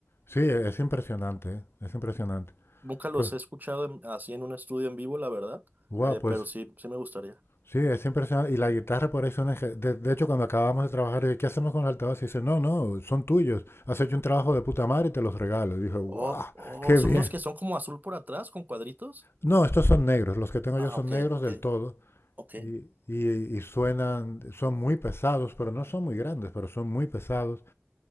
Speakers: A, on the left; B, on the right.
A: Sí, e-, es impresionante, ¿eh? es impresionante.
B: Nunca
A: Entonces,
B: los he escuchado en- así en un estudio en vivo, la verdad,
A: guau,
B: eh,
A: pues
B: pero sí, sí me gustaría.
A: sí, es impresionante. Y la guitarra por ahí son... eje- De, de hecho, cuando acabamos de trabajar, yo, ¿qué hacemos con el altavoz? Y dice, no, no, son tuyos. Has hecho un trabajo de puta madre y te los regalo. Y dije, guau,
B: Oh, oh,
A: qué
B: son
A: bien.
B: unos que son como azul por atrás con cuadritos.
A: No, estos son negros. Los que tengo
B: Ah,
A: yo son
B: ok,
A: negros
B: ok,
A: del todo.
B: ok.
A: Y, y- y suenan, son muy pesados, pero no son muy grandes, pero son muy pesados.